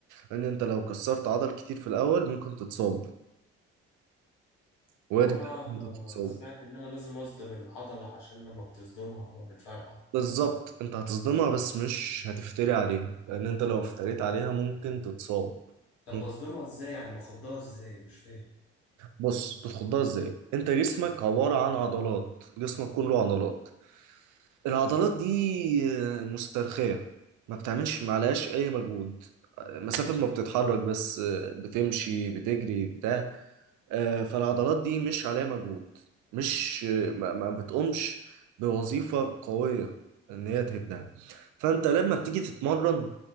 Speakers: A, on the right (about 60°); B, on the left (about 75°).
A: لأن أنت لو كسرت عضل كتير في الأول ممكن تتصاب وارد
B: طب ما انا
A: إن أنت تتصاب
B: سمعت ان انا لازم اصدم العضلة عشان لما بتصدمها اه بتفرقع
A: بالظبط أنت هتصدمها بس مش هتفتري عليها لأن أنت لو افتريت عليها ممكن تتصاب
B: طب
A: ممكن.
B: بصدمها ازاي يعني باخدها ازاي مش فاهم
A: بص تتخضها ازاي انت جسمك عبارة عن عضلات جسمك كله عضلات العضلات دي آه، مسترخية ما بتعملش معلهاش أي مجهود آه، مسافة ما بتتحرك بس آه، بتمشي بتجري بتاع آه، فالعضلات دي مش عليها مجهود مش آه، ما ما بتقومش بوظيفة قوية إن هي تهدها فأنت لما بتيجي تتمرن